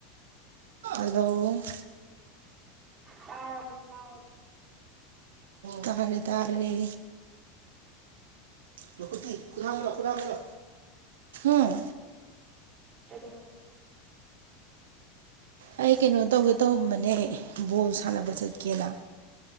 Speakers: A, on the right; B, on the right.
A: ꯑꯗꯣ
B: ꯇꯥꯔꯔꯕꯣ ꯇꯥꯔꯔꯕꯣ
A: ꯇꯥꯔꯦ ꯇꯥꯔꯔꯤ ꯂ ꯀꯊꯂꯣ ꯀꯊꯂꯣ ꯎꯝ
B: ꯑꯗꯨ
A: ꯑꯩ ꯀꯩꯅꯣ ꯇꯧꯒꯦ ꯇꯧꯔꯝꯕꯅꯦ ꯕꯣꯜ ꯁꯥꯟꯅꯕ ꯆꯠꯀꯦꯅ